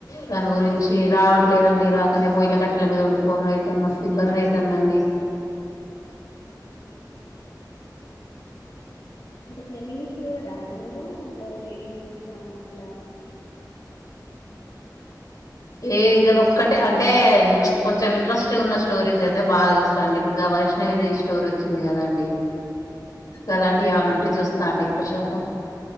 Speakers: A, on the left; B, on the left.
A: దాని గురించి రావట్లేదండి రాకనే పొయిల కట్టల మీద వండు కోనుడు అయితంది మస్తు ఇబ్బంది అవుతుందండి
B: హో అంటే ఇలా న్యూస్ చూడరా అండి మీరు అంటే వెయిటింగ్ న్యూస్ కాని ఇట్లా
A: ఏ గద ఒక్కటి అంటే కొంచెం ఇంట్రెస్ట్ ఉన్న స్టోరీస్ అయితే బాగా చూస్తనండి ఇప్పుడు వైష్ణవిది స్టోరీ వచ్చింది కదా అండి గలాంటివి ఏమనా ఉంటే చూస్తా అండి ఎక్కువ షాతం